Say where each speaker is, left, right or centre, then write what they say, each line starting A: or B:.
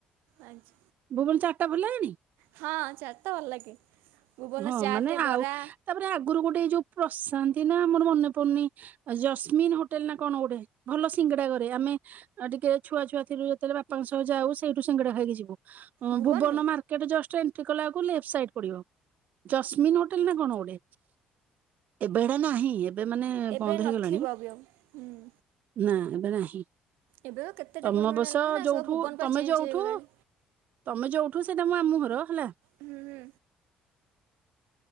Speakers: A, on the right; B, on the right.
A: ଆଚ୍
B: ଭୁବନ ଚାଟ୍ ଟା ଭଲଲାଗେନି?
A: ହଁ ଚାଟ୍ ତ ଭଲ ଲାଗେ ଭୁବନ
B: ହଁ
A: ଚାଟେ
B: ମାନେ ଆଉ
A: ବରା।
B: ତାପରେ ଆଗୁରୁ ଗୋଟେ ଏ ଯୋଉ ପ୍ରଶାନ୍ତି ନା ଆମର ମନେ ପଡ଼ୁନେଇ ଅ ଜସ୍ମିନ ହୋଟେଲ୍ ନା କଣ ଗୋଟେ? ଭଲ ସିଙ୍ଗଡ଼ା କରେ। ଆମେ ଆଉ ଟିକେ ଛୁଆ ଛୁଆ ଥିଲୁ ଯେତଳେ ବାପାଙ୍କ ସହ ଯାଉ। ସେଇଠୁ ସାଙ୍ଗଡ଼ା ଖାଇକି ଯିବୁ। ଅଁ
A: ଭୁବନରୁ
B: ଭୁବନ ମାର୍କେଟ ଜଷ୍ଟ ଏଣ୍ଟ୍ରି କଲାଅକୁ ଲେପ ସାଇଟ୍ ପଡ଼ିବ। ଜସ୍ମିନ ହୋଟେଲ ନାଁ କଣ ଗୋଟେ। ଏବେ ହେରା ନାହିଁ। ଏବେ ମାନେ
A: ଏବେ
B: ବନ୍ଦ
A: ନଥିବ
B: ହେଇଗଲାଣି।
A: ବି ଆଉ। ହୁଁ
B: ନାଁ ଏବେ ନାହିଁ।
A: ଏବେ ତ କେତେ ଡେଭଲପମେଣ୍ଟ
B: ତମ ବସ
A: ହେଲାଣି ନା
B: ଯୋଉଠୁ,
A: ସବୁ ଭୁବନ ପା
B: ତମେ
A: ଚେଞ୍ଜ
B: ଯଉଠୁ
A: ହେଇଗଲାଣି।
B: ତମେ ଯୋଉଠୁ, ସେଟା ମୋ ମାମୁଁ ଘର ହେଲା।
A: ହୁଁ, ହୁଁ।